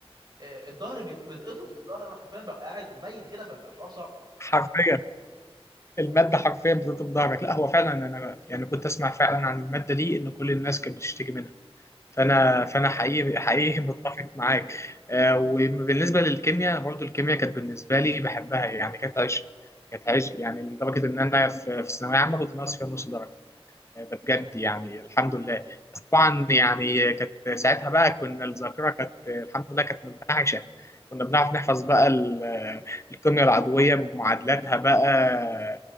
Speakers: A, on the right; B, on the left.
A: آه، الظهر بي- بيتقطم الظهر انا حرفيا ببقى قاعد مايل كده فبيبقى الحوار صعب
B: حرفيا الماده حرفيا بتضرب ظهرك لا هو فعلا انا يعني كنت اسمع فعلا عن الماده دي ان كل الناس كانت بتشتكي منها فانا
A: بالظبط
B: فانا حقيقي حقيقي <laughs> متفق معاك آه، وبالنسبه للكيمياء انا برضو الكيمياء كانت بالنسبه لي بحبها يعني كانت عشق كانت عشق يعني لدرجه ان انا في في ثانويه عامه كنت ناقص فيها نص درجه آه، ده
A: جامد
B: بجد يعني الحمد لله بس طبعا يعني كانت ساعتها بقى كنا الذاكره كانت الحمد لله كانت منتعشه كنا بنعرف نحفظ بقى ال- الكيمياء العضويه بمعادلاتها بقى